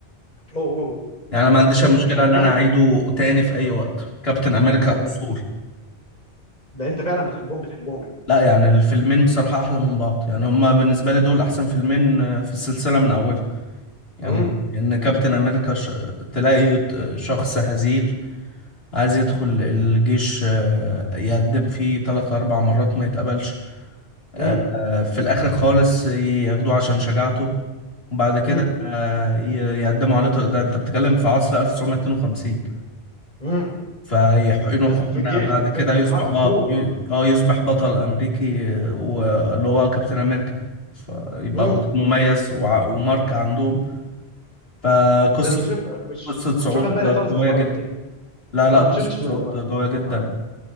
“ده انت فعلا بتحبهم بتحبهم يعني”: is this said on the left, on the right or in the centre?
Left